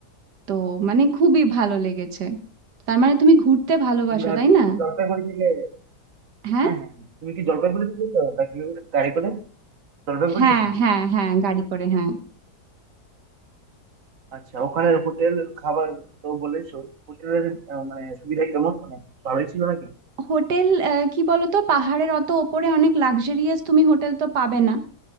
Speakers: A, on the right; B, on the right.
A: তো মানে খুবই ভালো লেগেছে তার মানে তুমি ঘুরতে ভালোবাসো
B: তোমরা
A: তাই না
B: জলপাইগুড়ি থেকে
A: হ্যাঁ
B: হ্যাঁ হ্যাঁ তুমি কি জলপাইগুড়ি থেকে গেছো নাকি গাড়ি করে জলপাইগুড়ি
A: হ্যাঁ
B: থেকে
A: হ্যাঁ হ্যাঁ গাড়ি করে হ্যাঁ
B: আচ্ছা ওখানে হোটেল খাবার তো বলেছো হোটেলের আহ, মানে সুবিধা কেমন মানে ভালোই ছিল নাকি
A: হোটেল আহ, কি বলতো পাহাড়ের অত ওপরে অনেক লাক্সারিয়াস তুমি হোটেল তো পাবে না